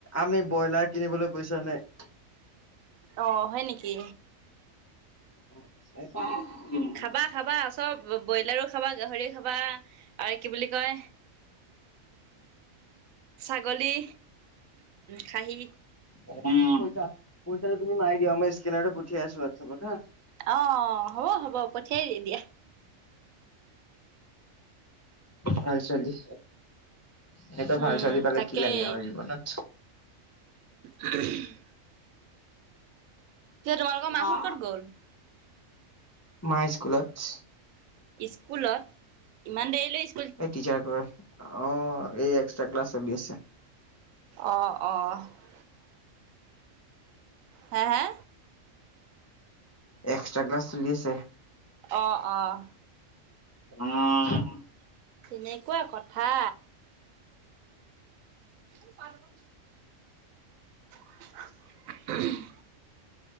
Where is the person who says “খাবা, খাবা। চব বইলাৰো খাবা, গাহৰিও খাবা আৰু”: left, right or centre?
Right